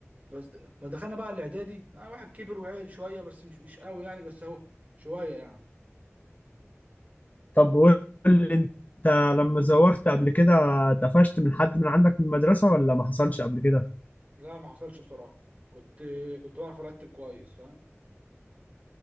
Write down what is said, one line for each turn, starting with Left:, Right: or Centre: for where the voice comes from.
Right: بس ما دخلنا بقى الاعدادي آه واحد كبر وعيل شويه بس مش مش قوي يعني بس اهو شويه يعني
Left: طب قول لي انت لما زوغت قبل كده اتقفشت من حد من عندك من المدرسة ولا ما حصلش قبل كده؟
Right: لا ما حصلش بصراحه كنت كنت بعرف ارتب كويس فاهم